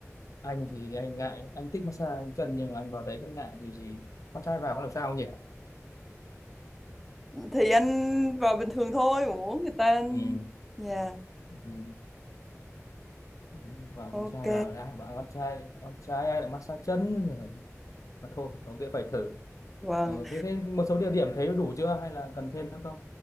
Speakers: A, on the left; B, in the centre.
A: anh thì anh ngại anh thích massage chân nhưng mà anh vào đấy rất ngại điều gì con trai vào có làm sao nhỉ
B: thì anh vào bình thường thôi mà muốn người ta
A: ừ.
B: dạ
A: Ừ. đánh vào
B: ok
A: con trai vào thì ai bảo con trai con trai ai lại massage chân rồi mà thôi ok phải thử
B: vâng
A: ừ, thế thế một số địa điểm thấy đủ chưa hay là cần thêm nữa không